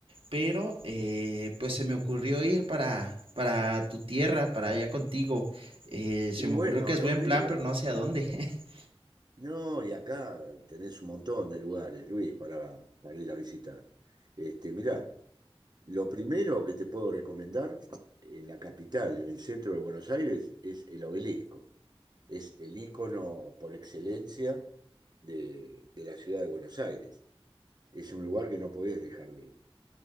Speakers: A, on the right; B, on the right.
A: pero eh, pues se me ocurrió ir para, para tu tierra, para allá contigo. Eh, se
B: Qué bueno,
A: me ocurrió que es
B: no
A: buen
B: me digas.
A: plan, pero no sé a dónde. <laughs>
B: No, y acá tenés un montón de lugares, Luis, para, para ir a visitar. Este, mirá, lo primero que te puedo recomendar en la capital, en el centro de Buenos Aires, es el obelisco. Es el ícono por excelencia de, de la ciudad de Buenos Aires. Es un lugar que no podés dejar de ir.